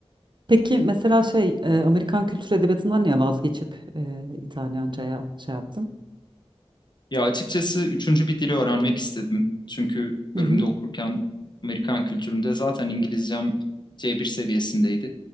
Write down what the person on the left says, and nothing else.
Ya açıkçası üçüncü bir dili öğrenmek istedim. Çünkü
bölümde
okurken Amerikan kültüründe zaten İngilizcem C1 seviyesindeydi.